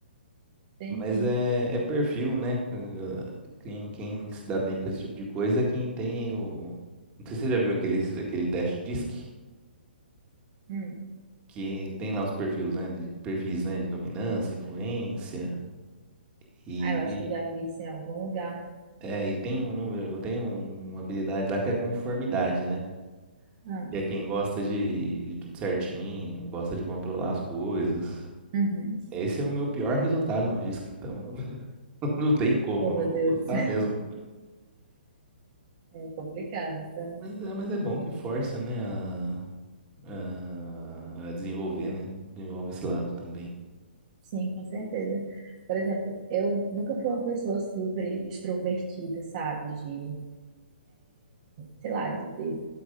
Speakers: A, on the right (about 40°); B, on the right (about 20°).
A: Entendi.
B: Mas é, é perfil, né? Eh, Quem, quem se dá bem com esse tipo de coisa é quem tem o. Não sei se você já viu aquele, aquele teste DISC,
A: Hum.
B: que tem lá os perfis, né? De, perfis, né? De dominância, influência, e
A: Ah, eu
B: tem,
A: acho que eu já vi isso em algum lugar.
B: é, e tem um número, tem um, uma habilidade lá que é a conformidade, né?
A: Ah,
B: E é quem gosta de, de tudo certinho, gosta de controlar as coisas.
A: uhum.
B: Esse é o meu pior resultado no disco, então <laughs> não tem como,
A: Oh,
B: eu
A: meu
B: não vou
A: Deus,
B: gostar
A: <laughs>
B: mesmo.
A: é complicado. Então,
B: Mas é, mas é bom que força, né, a, a, a desenvolver, né? Desenvolve esse lado também.
A: sim, com certeza. Por exemplo, eu nunca fui uma pessoa super extrovertida, sabe? De, sei lá, de ter